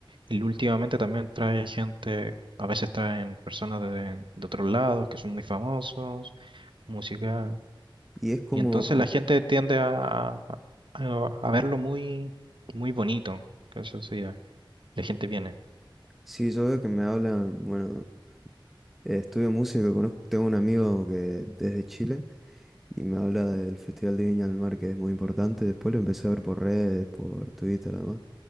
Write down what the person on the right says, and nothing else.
y últimamente también trae gente, a veces traen personas de, de otros lados que son muy famosos, música.
Y entonces la gente tiende a, a, a- a verlo muy, muy bonito, que eso sí, ya, la gente viene.